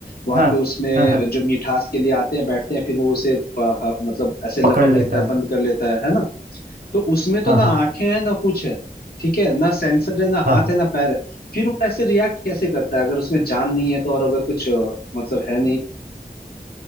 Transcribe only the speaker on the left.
वहां
पे उसमें
जो मिठास के लिए आते हैं बैठते हैं फिर वो उसे अ, ह- मतलब ऐसे लपक
लेता है
बंद कर लेता है है ना तो उसमें तो
ना
आंखें हैं ना कुछ है ठीक है ना सेंसर है ना हाथ
है ना पैर है फिर वो ऐसे रिएक्ट कैसे करता है अगर उसमें जान नहीं है तो और अगर कुछ अ, मतलब है नहीं